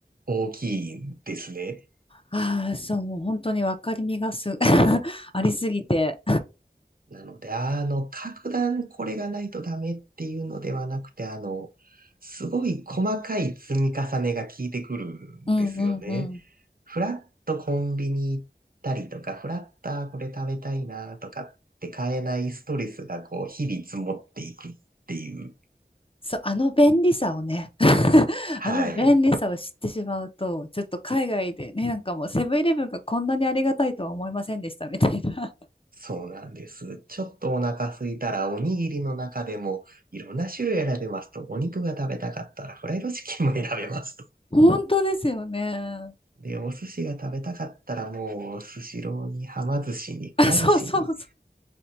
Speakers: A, on the right (about 60°); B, on the left (about 30°).
A: 大きいですね。
B: ああ、そう、もう本当に分かりみがす、<laughs> ありすぎて。
A: なので、あの、格段これがないとダメっていうのではなくて、あの、すごい細かい積み重ねが効いてくるんですよね。
B: うんうんうんうん
A: フラッとコンビニ行ったりとか、フラッとあーこれ食べたいなとかって買えないストレスがこう、日々積もっていくっていう。
B: そう、あの便利さをね、<laughs>
A: はい。
B: あの便利さを知ってしまうと、ちょっと海外でね、なんかもうセブンイレブンがこんなにありがたいとは思いませんでしたみたいな。
A: そうなんです。ちょっとお腹空いたら、おにぎりの中でもいろんな種類選べますと、お肉が食べたかったらフライドチキンも選べます
B: <laughs> 本当ですよね。<laughs>
A: で、お寿司が食べたかったらもう、スシローに、はま寿司に、くら寿司に。
B: あ、そうそうそう。